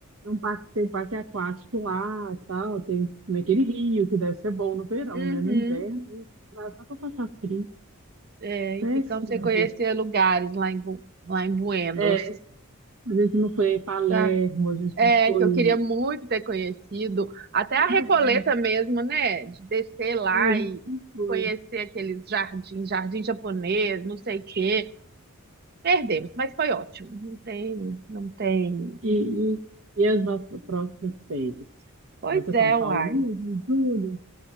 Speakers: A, on the right; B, on the right.
A: um parque, tem um parque aquático lá, tal, tem naquele rio, que deve ser bom no verão,
B: Uhum.
A: né? No inverno, a gente vai só pra passar frio.
B: É,
A: Péssimo,
B: e ficamos sem conhecer
A: né?
B: lugares lá em, Bu- lá em Buenos.
A: É, a gente não foi em Palermo,
B: Ah,
A: a gente
B: É,
A: não foi
B: que eu queria muito ter conhecido. Até
A: também.
B: a Recoleta mesmo, né? De descer lá
A: É,
B: e
A: a gente não foi.
B: conhecer aqueles jardins, jardim japonês, não sei o quê. Perdemos, mas foi ótimo. Não tem, não tem
A: E, e, e as nossas próximas férias?
B: Pois
A: Vai para
B: é,
A: São Paulo
B: uai.
A: mesmo, em julho?